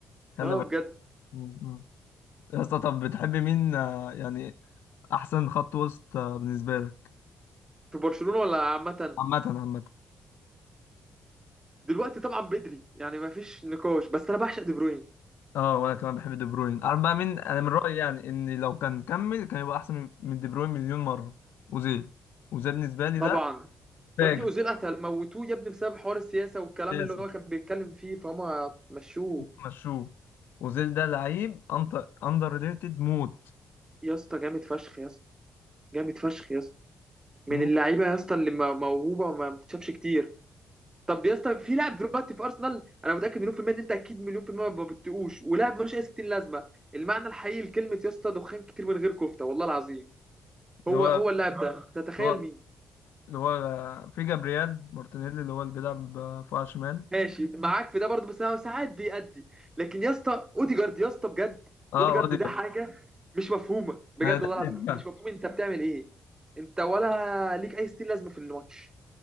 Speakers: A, on the left (about 75°); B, on the right (about 20°).
A: خلى
B: اه
A: بر-
B: بجد
A: مم. مم. يا اسطى طب بتحب مين آه يعني احسن خط وسط آه بالنسبة لك
B: في برشلونه ولا عامه
A: عامة عامة
B: دلوقتي طبعا بدري يعني ما فيش نقاش بس انا بعشق دي بروين
A: اه وانا كمان بحب دي بروين انا بقى من انا من رايي يعني ان لو كان كمل كان يبقى احسن من من دي بروين مليون مره اوزيل اوزيل بالنسبه لي
B: طبعا
A: ده فاجر
B: يا ابني اوزيل قتل موتوه يا ابني بسبب حوار السياسه والكلام
A: اساسا
B: اللي هو كان بيتكلم فيه فهم مشوه
A: مشوه اوزيل ده لعيب اندر ريتد موت
B: يا اسطى جامد فشخ يا اسطى جامد فشخ يا اسطى من
A: موت
B: اللعيبه يا اسطى اللي م- موهوبه وما بتتشافش كتير طب يا اسطى في لاعب دلوقتي في ارسنال انا متاكد مليون في الميه ان انت اكيد مليون في الميه ما بتقوش ولاعب ملوش اي 60 لازمه المعنى الحقيقي لكلمه يا اسطى دخان كتير من غير كفته والله العظيم
A: اللي
B: هو
A: هو
B: هو اللاعب ده آه. تتخيل
A: اللي هو
B: مين
A: اللي هو في جابرييل مارتينيلي اللي هو اللي بيلعب فوق شمال
B: ماشي معاك في ده برضه بس هو ساعات بيأدي لكن يا اسطى اوديجارد يا اسطى بجد
A: اه
B: اوديجارد
A: اوديجارد
B: ده حاجه مش مفهومه بجد
A: انا ده
B: والله العظيم
A: حلو.
B: مش مفهوم
A: <laughs>
B: انت بتعمل ايه انت ولا ليك اي 60 لازمه في الماتش